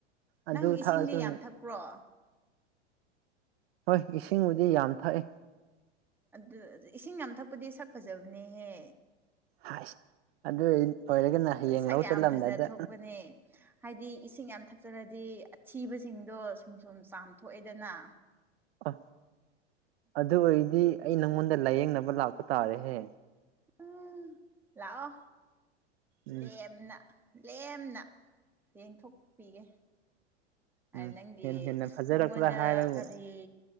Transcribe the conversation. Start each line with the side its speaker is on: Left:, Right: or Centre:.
Right: ꯑꯗꯨ
Centre: ꯅꯪ ꯏꯁꯤꯡꯗꯤ
Right: ꯊꯛꯑꯁꯨ
Centre: ꯌꯥꯝ ꯊꯛꯄ꯭ꯔꯣ꯫
Right: ꯍꯣꯏ ꯏꯁꯤꯡꯕꯨꯗꯤ ꯌꯥꯝ ꯊꯛꯏꯦ꯫
Centre: ꯑꯗꯨ ꯏꯁꯤꯡ ꯌꯥꯝ ꯊꯛꯄꯗꯤ ꯁꯛ ꯐꯖꯕꯅꯦꯍꯦ꯫
Right: ꯍꯥꯏ ꯑꯗꯨ ꯑꯣꯏꯔꯒꯅ ꯍꯌꯦꯡ
Centre: ꯁꯛ
Right: ꯂꯧ
Centre: ꯌꯥꯝ
Right: ꯆꯠꯂꯝꯗꯥꯗ__
Centre: ꯐꯖ ꯊꯣꯛꯄꯅꯦ ꯍꯥꯏꯗꯤ ꯏꯁꯤꯡ ꯌꯥꯝ ꯊꯛꯆꯔꯗꯤ ꯑꯊꯤꯕꯁꯤꯡꯗꯣ ꯁꯨꯝ ꯁꯨꯝ ꯆꯥꯝꯊꯣꯛꯑꯦꯗꯅ꯫
Right: <unintelligible> ꯑ ꯑꯗꯨ ꯑꯣꯏꯔꯗꯤ ꯑꯩ ꯅꯪꯉꯣꯟꯗ ꯂꯥꯏꯌꯦꯡꯅꯕ ꯂꯥꯛꯄ ꯇꯥꯔꯦꯍꯦ꯫
Centre: ꯎꯝ ꯂꯥꯛꯑꯣ
Right: ꯎꯝ
Centre: ꯂꯦꯝꯅ꯫ ꯂꯦꯝꯅ ꯌꯦꯡꯊꯣꯛꯄꯤꯒꯦ꯫
Right: ꯎꯝ
Centre: ꯅꯪꯒꯤ
Right: ꯍꯦꯟꯅ ꯍꯦꯟꯅ ꯐꯖꯔꯛꯄ꯭ꯔꯥ
Centre: ꯅꯪꯉꯣꯟꯗ
Right: ꯍꯥꯏꯔꯕꯨ
Centre: ꯀꯔꯤ